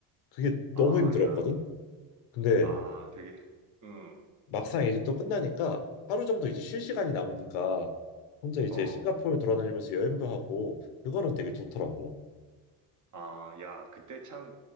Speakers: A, on the left; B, on the right.
A: 그게
B: 아,
A: 너무 힘들었거든
B: 야.
A: 근데
B: 아, 되게. 음.
A: 막상 이제 또 끝나니까 하루 정도 이제 쉴 시간이 남으니까 혼자 이제
B: 어,
A: 싱가포르 돌아다니면서 여행도 하고 그거는 되게 좋더라고.
B: 아, 야, 그때 참,